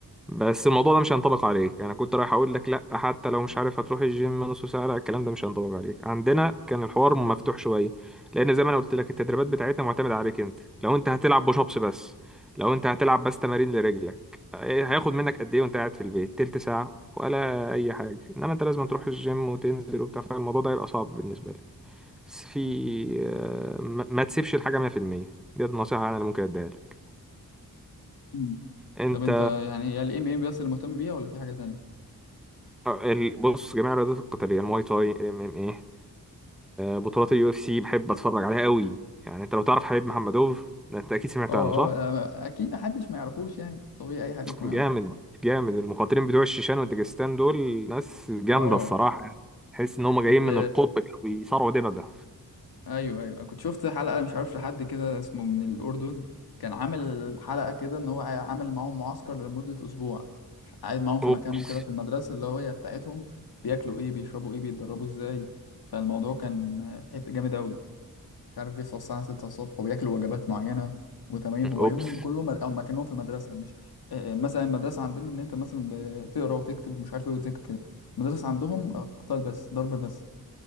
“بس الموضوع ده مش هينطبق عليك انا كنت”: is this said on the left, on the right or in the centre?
Centre